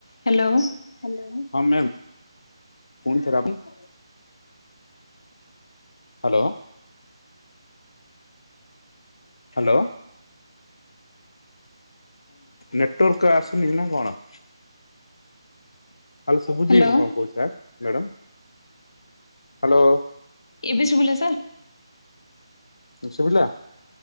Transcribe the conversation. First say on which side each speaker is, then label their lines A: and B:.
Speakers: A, on the left; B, on the left.
A: Hello
B: hello ହଁ ma'am ପୁଣି ଥରେ ଆପଣ ହ୍ୟାଲୋ ହ୍ୟାଲୋ ନେଟୱାର୍କ ଆସୁନି ନା କଣ? ହାଲୋ ଶୁଭୁଜୀ
A: ହ୍ୟାଲୋ
B: ମୁଁକଣ କହୁଛି ସାର୍ ମ୍ୟାଡ଼ମ୍ ହାଲୋ।
A: ଏବେ ସୁବିଲା ସାର୍।
B: ଶୁଭିଲା